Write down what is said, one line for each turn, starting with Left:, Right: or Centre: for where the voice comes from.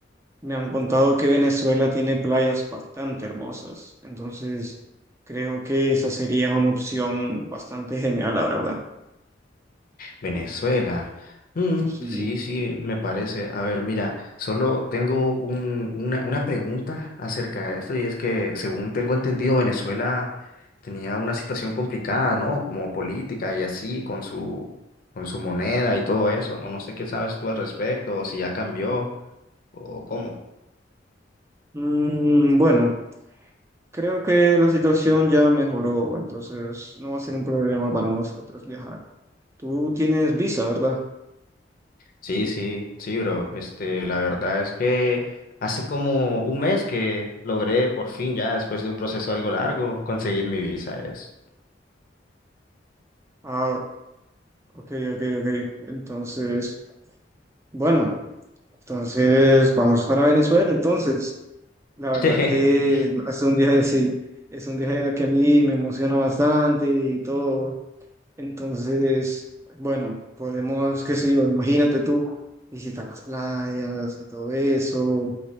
Right: me han contado que Venezuela tiene playas bastante hermosas, entonces creo que esa sería una opción bastante genial, la verdad.
Left: Venezuela. Mm,
Right: Sí.
Left: sí, sí, me parece. A ver, mira, solo tengo un- una, una pregunta acerca de esto y es que, según tengo entendido, Venezuela tenía una situación complicada, ¿no? Como política y así, con su, con su moneda y todo eso. No, no sé qué sabes tú al respecto, o si ya cambió o cómo.
Right: Mm, bueno. Creo que la situación ya mejoró, entonces no va a ser un problema para nosotros viajar. Tú tienes visa, ¿verdad?
Left: Sí, sí, sí, bro. Este, la verdad es que hace como un mes que logré por fin, ya después de un proceso algo largo, conseguir mi visa y eso.
Right: Ah, ok, ok, ok. Entonces, bueno, entonces vamos para Venezuela. Entonces, la
Left: <laughs>
Right: verdad que es un viaje, sí, es un viaje que a mí me emociona bastante y todo. Entonces, bueno, podemos, qué sé yo, imagínate tú, visitar las playas y todo eso